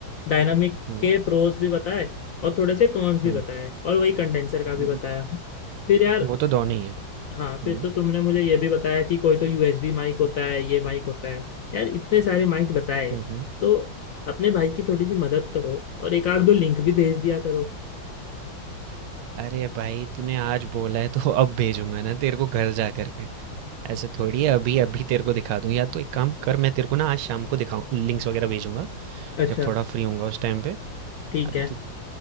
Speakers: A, on the left; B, on the right.
A: डायनामिक
B: हम्म
A: के प्रोस भी बताए और थोड़े से कॉन्स भी
B: हम्म,
A: बताए और वही कंडेंसर का भी
B: न-
A: बताया फिर यार
B: वो तो दोनों ही है
A: हाँ फिर
B: हम्म
A: तो तुमने मुझे ये भी बताया कि कोई तो यूएसबी माइक होता है ये माइक होता है यार इतने सारे माइक बताए
B: हम्म हम्म।
A: तो अपने भाई की थोड़ी सी मदद करो और एक आध दो लिंक भी भेज दिया करो
B: अरे भाई तूने आज बोला है तो <laughs> अब भेजूंगा ना तेरे को घर जा करके ऐसे थोड़ी है अभी अभी तेरे को दिखा दूं या तो एक काम कर मैं तेरे को ना आज शाम को दिखाऊं लिंक्स वगैरह भेजूंगा
A: अच्छा
B: जब थोड़ा फ्री होऊंगा उस टाइम पे
A: ठीक
B: अभी
A: है
B: तू